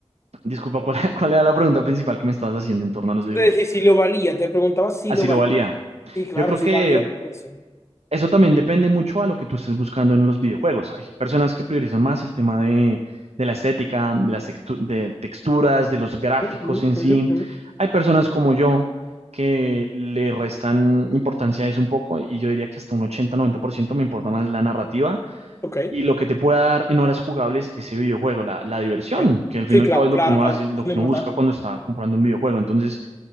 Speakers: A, on the right; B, on the left.
A: disculpa, ¿cuál, <laughs> cuál era la pregunta principal que me estabas haciendo en torno a los
B: Entonces,
A: videojuegos?
B: si, si lo valía, te preguntaba si
A: Así
B: lo
A: lo
B: valía.
A: valía.
B: Sí, claro,
A: Yo creo
B: si
A: que
B: valía. pues sí.
A: eso también depende mucho a lo que tú estés buscando en los videojuegos. Hay personas que priorizan más el tema de, de la estética, de las textu- de texturas, de los gráficos
B: Ujú,
A: en sí.
B: ujú, ujú.
A: Hay personas como yo que le restan importancia a eso un poco y yo diría que hasta un 80-90% me importa más la narrativa
B: Ok,
A: y lo que te pueda dar en horas jugables ese videojuego, la, la diversión,
B: ok.
A: que al fin
B: Sí,
A: y al
B: claro,
A: cabo es
B: claro,
A: lo que uno
B: claro.
A: hace,
B: Eso
A: lo
B: es
A: que
B: lo importante.
A: uno busca cuando está comprando un videojuego. Entonces,